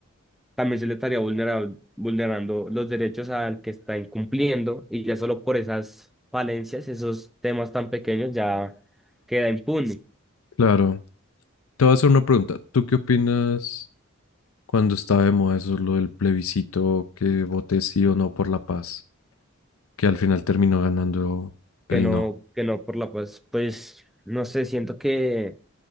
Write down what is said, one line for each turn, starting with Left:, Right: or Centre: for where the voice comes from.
Centre: también se le estaría vulnera- vulnerando los derechos al que está incumpliendo y ya solo por esas falencias, esos temas tan pequeños ya queda impune,
Left: claro. Te voy a hacer una pregunta. ¿Tú qué opinas cuando estaba de moda eso, lo del plebiscito, que voté sí o no por la paz, que al final terminó ganando el
Centre: que no,
Left: no?
Centre: que no por la paz, pues no sé, siento que